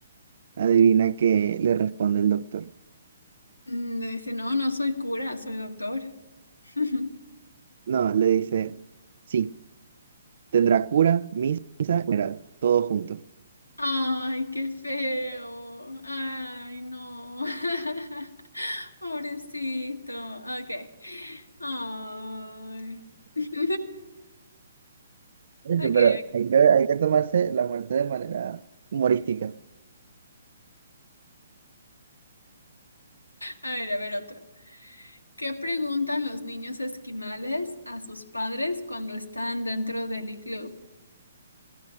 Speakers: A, on the right; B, on the left.
A: Adivina que le responde el doctor.
B: Mm, Le dice, no, no soy cura, soy doctor. <laughs>
A: No, le dice, sí, tendrá cura, misa y funeral, todo junto.
B: Ay, qué feo. Ay, no. <laughs> Pobrecito. Ok. Ay. <laughs>
A: Este,
B: okay
A: Pero
B: ok.
A: hay que, hay que tomarse la muerte de manera humorística.
B: a ver, a ver otra. ¿Qué preguntan los niños esquimales a sus padres cuando están dentro del iglú?